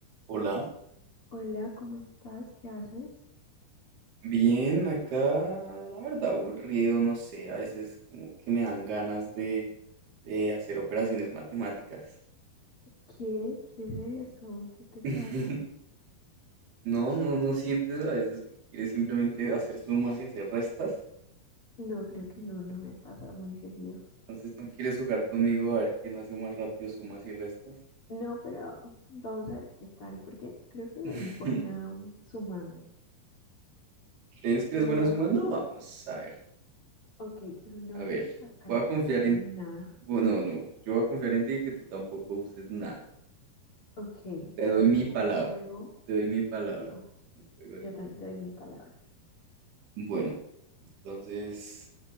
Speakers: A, on the right (about 80°); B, on the left (about 35°).
A: Hola,
B: Hola, ¿cómo estás? ¿Qué haces?
A: bien, acá la verdad aburrido, no sé, a veces como que me dan ganas de, de hacer operaciones matemáticas.
B: ¿Qué? ¿Qué es eso? ¿Qué te pasa?
A: <laughs> No, no, no sientes a veces que quieres simplemente hacer sumas y hacer restas.
B: No, creo que no, no me pasa muy seguido.
A: Entonces, ¿no quieres jugar conmigo a ver quién hace más rápido sumas y restas?
B: No, pero vamos a ver qué tal, porque creo que soy
A: <laughs>
B: buena mm, sumando.
A: ¿Crees que
B: Pero,
A: eres buena sumando? Vamos, a ver,
B: ok, pero no
A: a
B: eres
A: ver.
B: usar calculadora
A: Voy a confiar en...
B: ni nada.
A: Bueno, no, no, yo voy a confiar en ti y que tú tampoco uses nada.
B: Ok,
A: Te doy
B: va a
A: mi
B: ser
A: palabra,
B: un juego
A: te doy mi palabra.
B: limpio.
A: Un juego limpio.
B: Yo también te doy mi palabra.
A: Bueno, entonces,